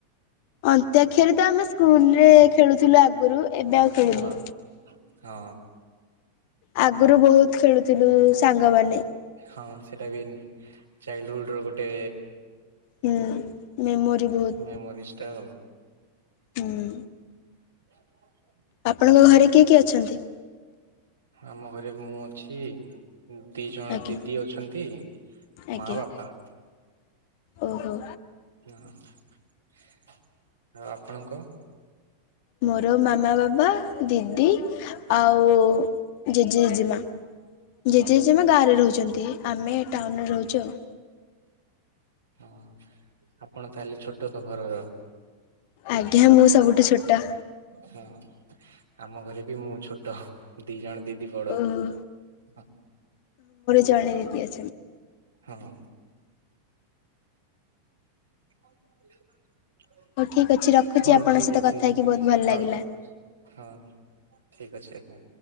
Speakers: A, on the left; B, on the right.
A: ଅନ୍ତ୍ୟକ୍ଷର ତ ଆମେ ସ୍କୁଲ୍ ରେ ଖେଳୁଥିଲୁ ଆଗୁରୁ ଏବେ ଆଉ ଖେଳିନୁ।
B: ହଁ ହଁ।
A: ଆଗରୁ ବହୁତ୍ ଖେଳୁଥିଲୁ ସାଙ୍ଗମାନେ।
B: ହଁ ସେଇଟା ବି ଚାଇଲ୍ଡହୁଲଡ୍ ର ଗୋଟେ
A: ହୁଁ ମେମୋରି ବହୁତ
B: ମେମୋରିଷ୍ ଟା ଆଉ।
A: ହୁଁ।
B: <unintelligible>
A: ଆପଣଙ୍କ ଘରେ କିଏ କିଏ ଅଛନ୍ତି?
B: ଆମ ଘରେ ମୁଁ ଅଛି। ଦି ଜଣ
A: ଆଜ୍ଞା
B: ଦିଦି ଅଛନ୍ତି
A: ଆଜ୍ଞା
B: ମା ବାପା।
A: ଓହୋ।
B: ଏହଁ ଆଉ ଆପଣଙ୍କ?
A: ମୋର ମାମା ବାବା ଦିଦି ଆଉ ଜେଜେ ଜେଜେମା ଜେଜେ
B: ହଁ
A: ଜେଜେମା
B: ହଁ
A: ଗାଁରେ ରହୁଛନ୍ତି ଆମେ ଟାଉନ୍
B: ହଁ
A: ରେ ରହୁଛୁ ଆଉ।
B: ହଁ ଆପଣ ତାହେଲେ ଛୋଟ ତ ଘରର।
A: ଆଜ୍ଞା ମୁଁ ସବୁଠୁ ଛୋଟ।
B: ହଁ ଆମ ଘରେ ବି ମୁଁ ଛୋଟ। ଦି ଜଣ ଦିଦି ବଡ
A: ଓହୋ
B: ଆ
A: ଜାଣେ ଦିଦି ଆ
B: ହଁ। <unintelligible>
A: ହଉ ଠିକ୍ ଅଛି ରଖୁଛି
B: ହଉ
A: ଆପଣଙ୍କ
B: ଠିକ୍
A: ସହିତ
B: ଅଛି
A: କଥା ହେଇକି ବହୁତ ଭଲ
B: ହଉ
A: ଲାଗିଲା
B: ହଁ। ଠିକ ଅଛି ଆଜ୍ଞା।